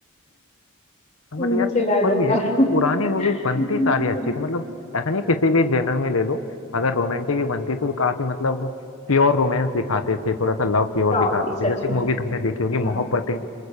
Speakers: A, on the left; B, on the left.
A: बट
B: मूवी
A: यार
B: चला
A: पर
B: दो
A: ये है
B: हाँ।
A: कि
B: <laughs>
A: पुरानी
B: ये
A: मूवीज बनती सारी
B: तो
A: अच्छी
B: है।
A: थी मतलब ऐसा नहीं किसी भी जेनर में ले लो अगर रोमांटिक भी बनती थी तो काफी मतलब प्योर रोमांस दिखाते थे थोड़ा सा लव प्योर
B: काफी
A: दिखाते थे
B: सच
A: जैसे एक
B: में
A: मूवी तुमने देखी होगी मोहब्बतें
B: हाँ